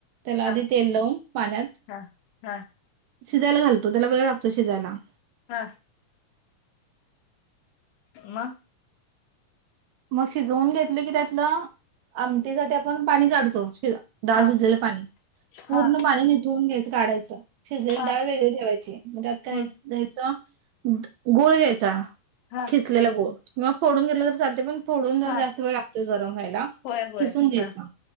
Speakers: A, on the right; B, on the left.
A: त्याला
B: हा
A: आधी तेल लावून पाण्यात.
B: हा हा
A: शिजायला घालोतो तेला वेळ लागतो शिजायला.
B: हा म
A: मग शिजवून घेतली की त्यातलं आमटीसाठी आपण पाणी काढतो शिज डाळ
B: हा
A: शिजलेलं पाणी पूर्ण
B: हा
A: पाणी निथवळून घ्यायचं. काढायचं शिजलेली
B: हा
A: डाळ वेगळी ठेवायची मग आत काय
B: हम्म
A: घ्यायचं. गूळ घ्यायचा.
B: हा
A: खिसलेला गुळ किंवा फोडून घेतला चालते तर पण फोडून जर
B: हा
A: जास्त वेळ लागतो गरम व्हायला
B: होय होय
A: खिसून घ्यायचा.
B: हा